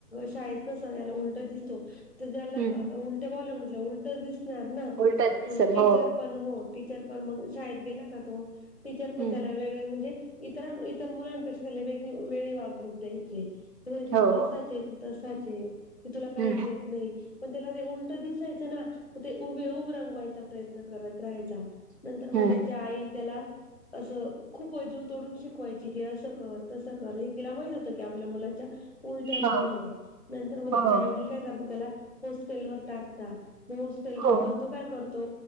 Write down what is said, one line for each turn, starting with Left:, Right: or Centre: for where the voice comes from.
Left: शाळेत कस याला उलटं दिसतो, तर त्याला-
Right: हम्म
Left: उलट्या बावल्या म्हटलं उलटच दिसणार ना,
Right: उलटच दिसेल
Left: तो टीचर
Right: हो
Left: पण हो. टीचर पण मग शाळेत गेला का तो, टीचर
Right: हम्म
Left: पण त्याला वेगळे म्हणजेऽ इतरां, इतर मुलांपेक्षा त्याला वेग वेगळी वागणूक द्यायचे. म्हणायचे
Right: हो
Left: तू
Right: हो
Left: असाचचे तू तसाचचे. की तुला काहीच
Right: हम्म
Left: येत नाही, पण त्याला ते उलट दिसायचं ना तो ते हुबेहुब रंगवायचा. प्रयत्न करत राहायचा नंतर मग
Right: हम्म
Left: त्याच्या आई त्याला- असं खूप जीव तोडून शिकवायची की, असं कर तसं कर हे तिला माहित होतं की आपल्या मुलांना. उलट्या
Right: हम्म
Left: बावल्याये नंतर मग त्याचे
Right: हो हो
Left: आई वडील काय करता त्याला होस्टेलवर टाकता. म होस्टेल वर
Right: हो
Left: पण तो काय करतो